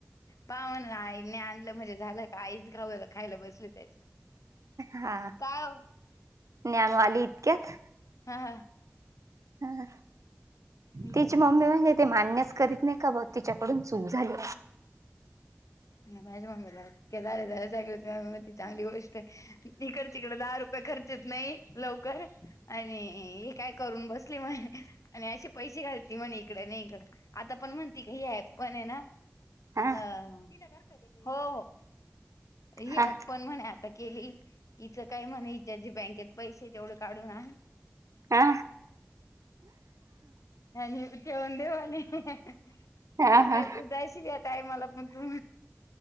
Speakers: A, on the left; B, on the right.
A: पा म्हण आईने आणलं म्हणजे झालं का आईच खाऊलं खायला बसली त्याची.
B: हा,
A: काय हो
B: ज्ञानवाली इतक्यात.
A: हा हा.
B: हा
A: बरं.
B: तिची मम्मी म्हणजे ते मान्यस करीत नाही का ब तिच्याकडून चूक झाली.
A: ना माझ्या मम्मीला <unintelligible> चांगली गोष्ट आहे. इकड तिकडं दहा रुपये खर्च होत नाही लवकर आणि हे काय करून बसले म्हणे आणि असे पैसे घालतील म्हणे इकडे नाही इकड. आता पण म्हणती का हे पण आहे ना.
B: हा
A: अ हो हो ह.
B: हा
A: पण म्हणे आता केली इिचं काय म्हणे हिच्या ज बँकेत पैसे तेवढे काढू ना.
B: हा
A: आणि ठेवन देवाले नाही
B: हा हा
A: तू जायशील या टायमाला पण तू